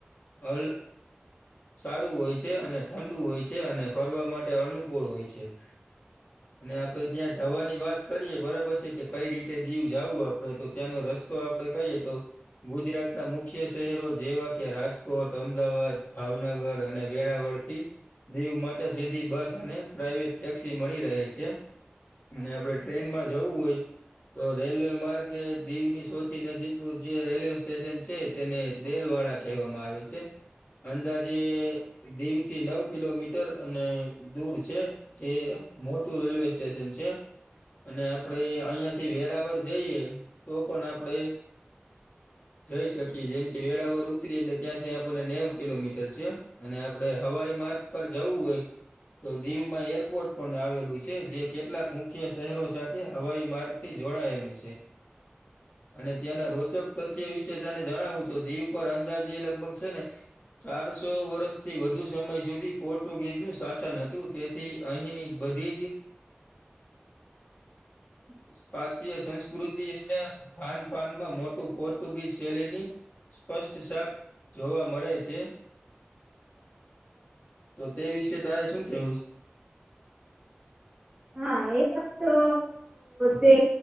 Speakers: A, on the left; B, on the right.
A: <inaudible> સારું હોય છે અને ઠંડુ હોય છે અને ફરવા માટે અનુકૂળ હોય છે. <inaudible> અને આપડે ત્યાં જવાની વાત કરીએ બરાબર છે કે કઈ રીતે દીવ જવું આપડે તો ત્યાંનો રસ્તો આપડે કહીએ તો ગુજરાત ના મુખ્ય શહેરો જેવા કે રાજકોટ અમદાવાદ ભાવનગર અને વેરાવળથી દીવ માટે સીધી બસ અને પ્રાઈવેટ ટેક્સી મળી રહે છે. અને આપડે ટ્રેનમાં જવું હોય. તો રેલવે માર્ગ દીવની સોથી નજીકનું જે રેલવે સ્ટેશન છે તેને દેલ વાડા કહેવામાં આવે છે અંદાજે દીવ થી નવ કિલોમીટર અને દૂર છે. જે મોટું રેલવે સ્ટેશન છે. અને આપણે અહિયાં થી વેરાવળ જઈએ તો પણ આપણેે જઈ શકીએ જેમ કે વેરાવર એટલે ત્યાંથી આપણને નેવ કિલોમીટર છે અને આપડણે હવાઈ માર્ગ પર જવું હોય. તો દીવમાં એરપોર્ટ પણ આવેલું છે જે કેટલાક મુખ્ય શહેરો સાથે હવાઈ માર્ગ થી જોડાયેલું છે. અને ત્યાંના રોચક તથ્ય વિશે તને જણાવું છો દીવ પર અંદાજ એ લગભગ છે ને ચારસો વર્ષથી વધુ સમય સુધી પોર્ટુગીઝનું શાસન હતું તે થી અહીંની બધી ભારતીય સંસ્કૃતિ અને ખાન પાાનમાં મોટું પોર્ટુગીઝ શૈલીની સ્પષ્ટ સાપ જોવા મળે છે. તો તે વિશે તારે શું કેવું છે?
B: હા એક વા તો તે